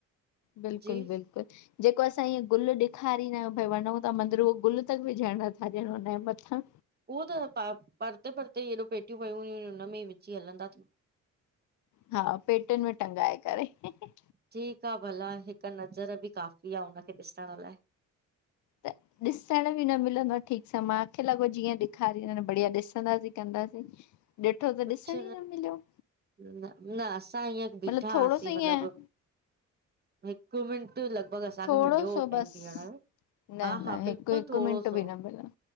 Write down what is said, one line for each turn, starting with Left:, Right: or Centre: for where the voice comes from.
Left: बिल्कुलु
Right: जी
Left: बिल्कुलु जेको असां इअ गुलु ॾेखारींदा अयूं भई वञूं था मंदरू, गुलु तक विझण नथा ॾियण हुनजे मथां।
Right: उह त प परते परते हेॾो पेटियूं पयूं हुयूं हुनमें ई विझी हलंदा थियु।
Left: हा, पेटीयुनि में टंगाए करे। खिलण जो आवाज़
Right: ठीकु आह भला, हिकु नज़र बि काफ़ी आह हुनखे ॾिसण लाए।
Left: त ॾिसण बि न मिलंदो आह ठीकु सां, मूंखे लॻो जीअं ॾेखारी बढ़िया, ॾिसंदासीं कंदासीं। ॾिठो
Right: कुछ
Left: त ॾिसणि ई न मिलियो।
Right: न, न असां हींअ बिठा
Left: मतिलबु थोरो
Right: हासीं
Left: सो
Right: मतिलबु
Left: ईअं
Right: हिकु मिन्ट लॻिभॻि असांखे
Left: थोरो
Right: मिलियो हो
Left: सो बसि
Right: टाइम बीहण
Left: न
Right: हा, हा,
Left: न
Right: बिल्कुल
Left: हिकु हिकु
Right: थोङो
Left: मिंट
Right: सो
Left: बि न मिलंदो